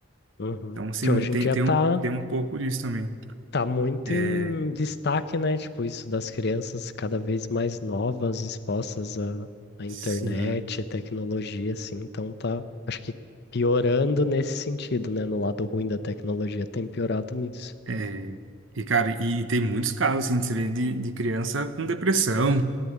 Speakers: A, on the left; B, on the right.
A: Uhum.
B: Então, assim,
A: Que hoje
B: tem,
A: em dia
B: tem
A: tá
B: um, tem um pouco disso também.
A: Tá muito
B: É,
A: em destaque, né? Tipo, isso das crianças cada vez mais novas, expostas à, à internet,
B: sim.
A: à tecnologia, assim. Então tá, acho que piorando nesse sentido, né? No lado ruim da tecnologia tem piorado nisso.
B: É, e, cara, e tem muitos casos, assim, que você vê de, de criança com depressão,